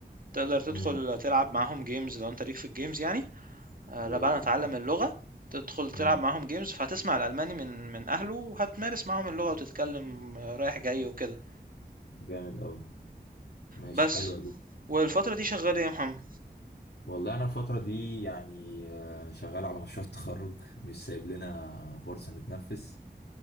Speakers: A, on the right; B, on the left.
A: تقدر تدخل
B: امم
A: تلعب معاهم جيمز لو انت ليك في الجيمز يعني آه،
B: اللي
A: لا بعد
B: هي
A: ما
B: في
A: تتعلم
B: الجيم
A: اللغة تدخل تلعب
B: امم
A: معاهم جيمز فهتسمع الألماني من من أهله وهتمارس معاهم اللغة وتتكلم آه، رايح جاي وكده
B: جامد قوي ماشي
A: بس
B: حلوه دي
A: والفترة دي شغال ايه يا محمد؟
B: والله انا الفتره دي يعني آه، شغال على مشروع <laughs> التخرج مش سايب لنا فرصه نتنفس